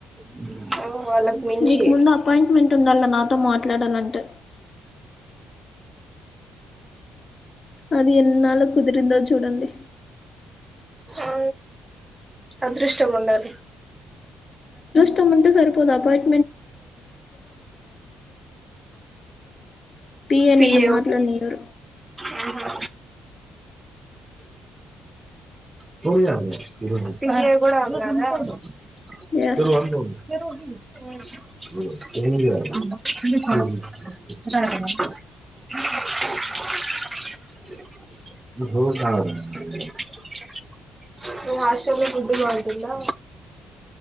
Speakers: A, on the right (about 15°); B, on the left (about 35°).
A: <inaudible> వాళ్ళకు మించి
B: మీకు ముందు
A: <inaudible>
B: అపాయింట్మెంట్ ఉండాల నాతో మాట్లాడాలంటే అది ఎన్నాళ్ళకు కుదిరిందో చూడండి
A: ఆ అదృష్టం ఉండాలి
B: ఇంత ముందు సరిపోదా బట్ పిఏ
A: పే
B: నిన్ను మాట్లాడనియ్యరు
A: ఒ ఆహా పిల్లలు కూడా ఉన్నారా <unintelligible>
B: ఎస్
A: <unintelligible> బ క మీ హాస్టల్లో ఫుడ్ బావుంటుందా